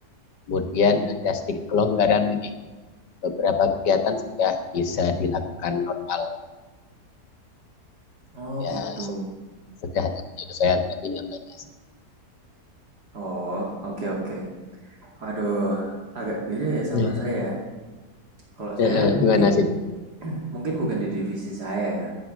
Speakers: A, on the left; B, on the right.
A: kemudian ada sedikit kelonggaran ini. Beberapa kegiatan sudah bisa dilakukan normal.
B: Oh
A: Ya,
B: gitu.
A: se- sudah ada penyelesaian tapi nggak banyak.
B: Oh, oke oke. Aduh, agak beda ya
A: <laughs>
B: sama
A: Ya,
B: saya. Kalau
A: ya,
B: saya
A: ya, <laughs>
B: mungkin
A: Gimana sih?
B: <clears throat> mungkin bukan di divisi saya ya.